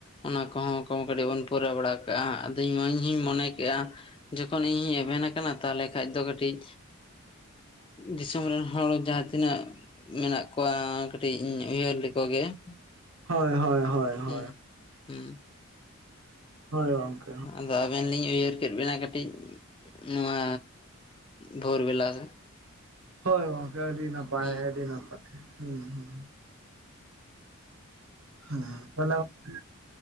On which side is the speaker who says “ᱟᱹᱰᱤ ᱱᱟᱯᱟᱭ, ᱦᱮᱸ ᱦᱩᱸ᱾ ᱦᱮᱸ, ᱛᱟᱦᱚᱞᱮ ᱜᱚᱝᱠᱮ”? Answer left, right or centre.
Right